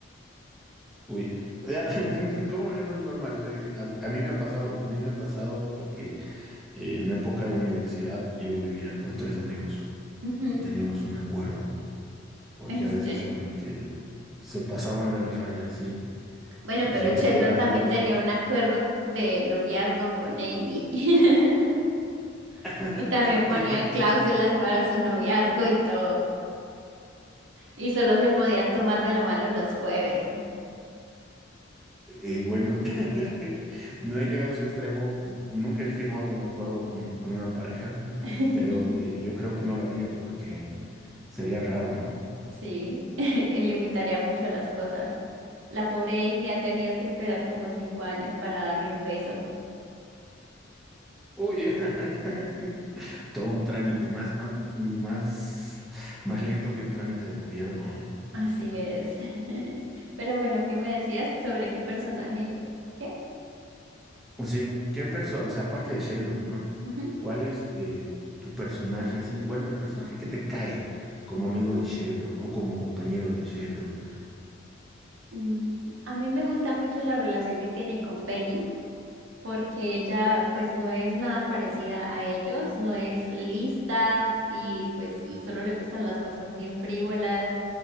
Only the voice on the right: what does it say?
Ujú,
En
serio.
Bueno,
pero
Sheldon
también tenía un acuerdo de noviazgo con Amy. <laughs>
Y también ponía cláusulas para su noviazgo y todo. Y solo se podían tomar de la mano los jueves.
<laughs>
Sí, <laughs> él limitaría mucho las cosas. La pobre Amy ha tenido que esperar como cinco años para darle un beso.
Así es. <laughs> Pero bueno, ¿qué me decías sobre qué personaje? ¿Qué?
Ujú.
Mm, a mí me gusta mucho la relación que tiene con Penny. porque ella pues no es nada parecida a ellos, no es lista y pues solo le gustan las cosas bien frívolas